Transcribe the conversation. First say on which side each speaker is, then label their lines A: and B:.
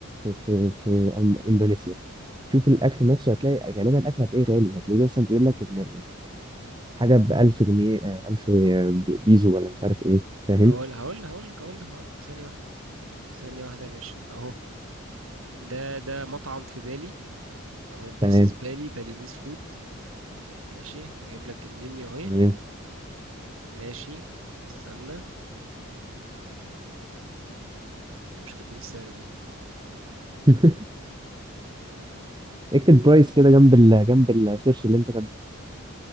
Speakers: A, on the right (about 20°); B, on the right (about 70°).
A: في في إن- اندونيسيا شوف الاكل نفسه هتلاقي غالبا الاكل هتلاقيه غالي هتلاقيه مثلا بيقول لك ان الحاجه ب 1000 جنيه آه، 1000 بيزو ولا مش عارف ايه فاهم
B: هقول هقول هقول لك هقول لك هقول لك ثانية واحدة ثانية واحدة يا باشا اهو ده ده مطعم في بالي اهو this
A: تمام
B: is بالي بالينيز فود ماشي هجيب لك المنيو اهي
A: تمام
B: ماشي استنى انتوا مش كاتبين السعر ليه
A: <laughs> اكتب برايس كده جنب ال جنب السيرش اللي انت كاتبه